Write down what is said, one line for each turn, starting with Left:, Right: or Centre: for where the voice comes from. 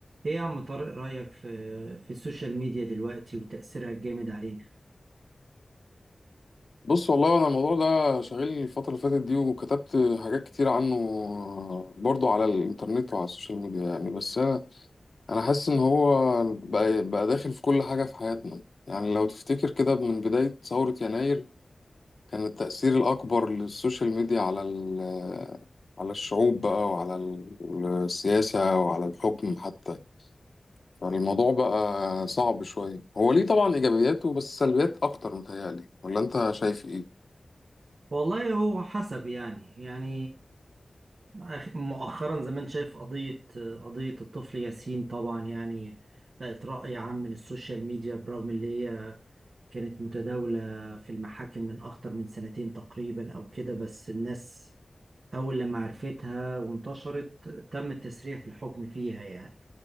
Right: ايه يا عم طارق رأيك في في السوشيال ميديا دلوقتي وتأثيرها الجامد علينا؟
Left: بص والله انا الموضوع ده شاغلني الفترة اللي فاتت دي وكتبت حاجات كتير عنه برضو على الانترنت وعلى السوشيال ميديا يعني بس انا انا حاسس ان هو بقى, بقى داخل في كل حاجة في حياتنا يعني لو تفتكر كده من بداية ثورة يناير كان التأثير الأكبر للسوشيال ميديا على ال على الشعوب بقى وعلى ال- السياسة وعلى الحكم حتى فالموضوع بقى صعب شوية هو ليه طبعا إيجابياته بس سلبيات أكتر متهيألي ولا أنت شايف إيه؟
Right: والله هو حسب يعني يعني أخ- مؤخرا زي ما انت شايف قضية قضية الطفل ياسين طبعا يعني بقت رأي عام من السوشيال ميديا برغم اللي هي كانت متداولة في المحاكم من أكتر من سنتين تقريبا أو كده بس الناس أول لما عرفتها وانتشرت تم التسريع في الحكم فيها يعني